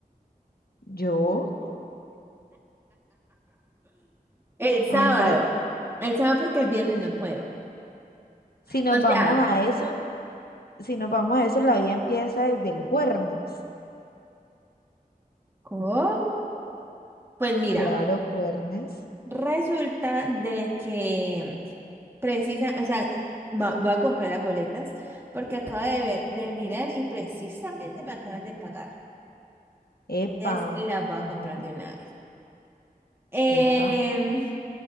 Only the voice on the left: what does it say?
¿Yo?
Hombre.
Si nos
vamos
a eso, si nos vamos a eso, la vida empieza desde el jueves.
Claro, jueves.
Epa,
ajá,
epa.